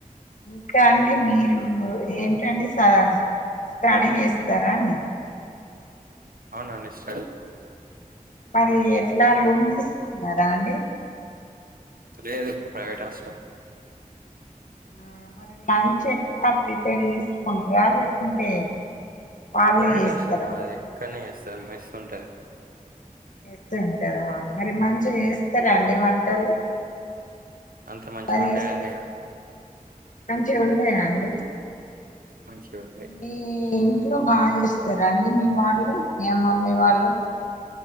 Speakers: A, on the left; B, on the right.
A: ఇంకా అండి మీరు ఏంటండి స్టాడి చేస్తారా అండి
B: అవునండి సీ
A: మరి ఎట్లా రూమ్ తీసుకున్నారా అండి
B: లేదు ప్రైవేట్ హాస్టల్
A: ఆ మరి లంచ్ ఎట్లా ప్రిపేర్ చేసుకుంటార లేకుంటే వాళ్ళే
B: ప్రైవేట్
A: చేస్తారా
B: హాస్టల్ మాది కానీ ఎక్కనే మెస్ ఉంటది
A: మెస్సు ఉంటదా మరి మంచి మంచిగ చేస్తారా అండి వంటలు
B: అంత మంచిగా
A: బా చేస్తారా
B: ఉండేయండి ఇక
A: మంచిగా ఉండయా అండి
B: మంచిగా ఉండే
A: మీ ఇంట్లో బా చేస్తారా అండి మీ వాళ్ళు మీ అమ్మ మీ వాళ్ళు